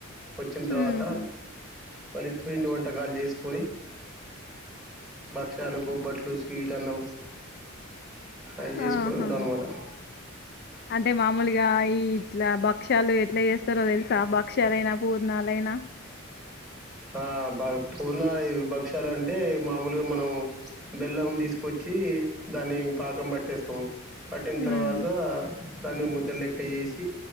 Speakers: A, in the centre; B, on the left.
A: వచ్చిన తర్వాత
B: ఉహు
A: మళ్ళీ పిండి వంటకాలు చేసుకొని భక్షలు బొబ్బట్లు స్వీట్ అన్నం అవి చేసుకుని
B: ఆహా
A: ఉంటామన్నమాట
B: అంటే మామూలుగా ఈ ఇట్లా భక్ష్యాలు ఎట్లా చేస్తారో తెలుసా భక్ష్యాలైనా పూర్ణాలైనా
A: ఆ బ పూర్ణ భక్ష్యాలంటే మామూలుగా మనం బెల్లం తీసుకొచ్చి దాన్ని పాకం పట్టేస్తాం పట్టిన తర్వాత
B: ఉమ్
A: దాని ముదలేెక జేసి